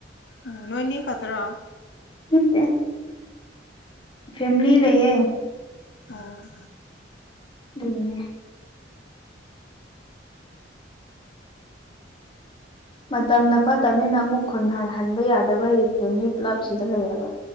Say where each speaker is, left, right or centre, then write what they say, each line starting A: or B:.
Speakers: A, on the left (about 70°); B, on the left (about 25°).
A: ꯎꯝ ꯅꯣꯏꯅꯦꯦꯛ ꯈꯠꯇ꯭ꯔꯣ
B: ꯃꯠꯇꯦ ꯐꯦꯃꯤꯂꯤ ꯂꯩꯌꯦꯦ
A: ꯑꯣ
B: ꯑꯗꯨꯒꯤꯅꯦ ꯃꯇꯝꯅ ꯐꯠꯇꯕꯅꯤꯅ ꯑꯃꯨꯛ ꯈꯨꯟ ꯍꯟ ꯍꯟꯕ ꯌꯥꯗꯕꯒꯤ ꯐꯦꯃꯤꯂꯤ ꯄꯨꯂꯞ ꯁꯤꯗ ꯂꯩꯔꯕ